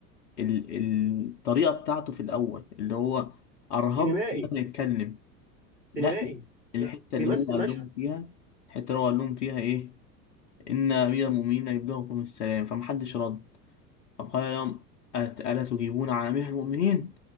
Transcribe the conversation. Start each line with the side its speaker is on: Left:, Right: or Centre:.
Left: ال- ال- الطريقه بتاعته في الاول اللي هو ارهب
Right: سينمائي
Left: لما يتكلم
Right: سينمائي
Left: لا الحته
Right: يعني بيمثل
Left: اللي هو قال
Right: مشهد
Left: لهم فيها الحته اللي هو قال لهم فيها ايه إن أمير المؤمنين يبلغكم السلام فمحدش رد طب قال لهم أت- ألا تجيبون عن أمير المؤمنين